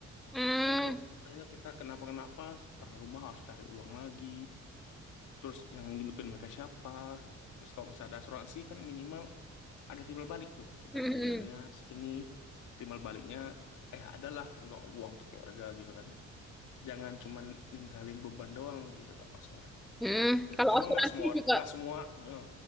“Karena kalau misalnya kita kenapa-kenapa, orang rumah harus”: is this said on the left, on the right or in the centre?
Left